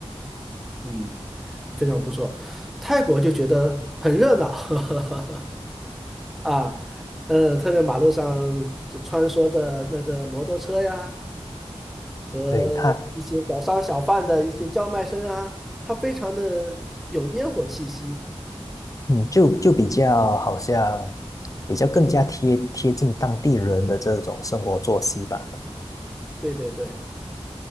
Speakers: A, in the centre; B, on the left.
A: 嗯，非常不错。泰国就觉得很热闹，<laughs> 啊，嗯，特别马路上就穿梭着那个摩托车呀，和一些小商小贩的一些叫卖声啊，
B: 对，它，
A: 它非常的有烟火气息。
B: 嗯，就就比较好像比较更加贴贴近当地人的这种生活作息吧。
A: 对对对，